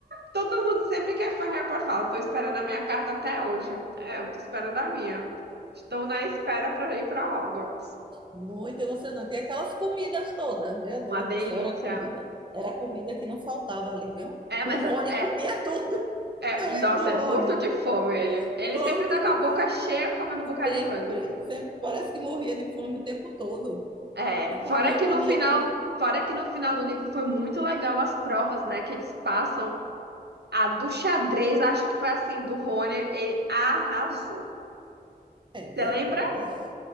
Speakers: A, on the right (about 80°); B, on the right (about 30°).
A: Todo mundo sempre quer falar pra falar. Tô esperando a minha carta até hoje. É, eu tô esperando a minha. Estou na espera para ir para Hogwarts.
B: Muito emocionante. E aquelas comidas todas. Meu
A: Uma
B: Deus
A: delícia.
B: do céu, era comida. Era comida que não faltava ali, viu?
A: É,
B: O
A: mas é,
B: Rony
A: é
B: comia tudo. <laughs>
A: É,
B: Eu
A: nossa,
B: lembro do
A: é
B: Rony.
A: morto de fome ele. Ele
B: Morto
A: sempre tá com
B: de
A: a boca
B: fome.
A: cheia comendo um bocado
B: Sempre,
A: de coisa.
B: sempre. Parece que morria de fome o tempo todo.
A: É,
B: E comia,
A: fora que
B: comia,
A: no final,
B: comia.
A: fora que no final do livro foi muito legal as provas, né, que eles passam. A do xadrez, acho que foi assim, do Rony, ele arrasou.
B: É é
A: Você
B: verdade,
A: lembra?
B: é verdade.